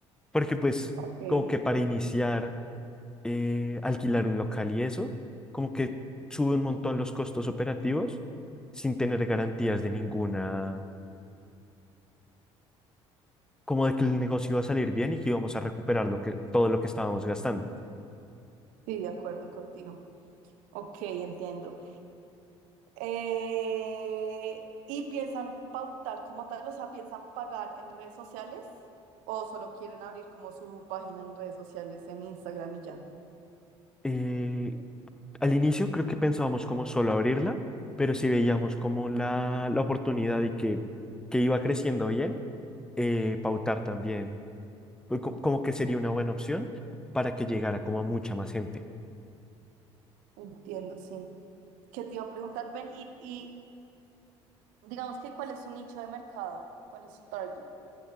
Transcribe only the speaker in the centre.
Porque pues
como que para iniciar, eh, alquilar un local y eso, como que sube un montón los costos operativos sin tener garantías de ninguna, como de que el negocio iba a salir bien y que íbamos a recuperar lo que, todo lo que estábamos gastando.
Eh, Al inicio creo que pensábamos como solo abrirla, pero si veíamos como la, la oportunidad y que, que iba creciendo bien, eh, pautar también, pues, co- como que sería una buena opción para que llegara como a mucha más gente.